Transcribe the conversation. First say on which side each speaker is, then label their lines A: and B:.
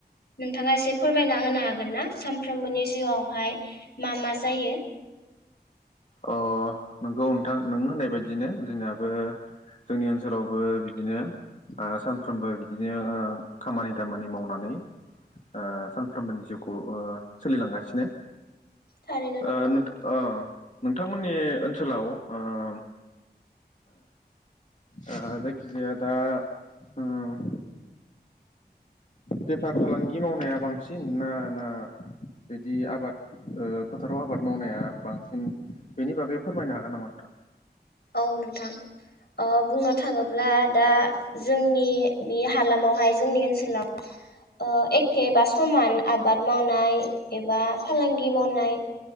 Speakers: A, on the left; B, on the left.
A: नोंथाङा एसे फोरमायना होनो हागोन ना, सानफ्रोमबोनि जिउआवहाय मा मा जायो?
B: अ नंगौ नोंथां नों होननाय बायदिनो जोंनियाबो जोंनि ओनसोलावबो बिदिनो ओ सानफ्रोमबो बिदिनो ओ खामानि दामानि मावनानै ओ सानफ्रोमबोनि जिउखौ ओ सोलिलांगासिनो
A: थारैनो
B: ओ
A: नंगौ
B: नोंथा अ नोंथांमोननि ओनसोलाव ओम ओ जायखिजाया दा उम बेफार फालांगि मावनाया बांसिन ना, ना बिदि आबाद ओ फोथाराव आबाद मावनाया बांसिन बेनि बागै फोरमायनो हागोन नामा नोंथां?
A: औ नोंथां ओ बुंनो थाङोब्ला दा जोंनि बे हालामावहाय जोंनि ओनसोलाव ओ एखेबा समान आबाद मावनाय एबा फालांगि मावनाय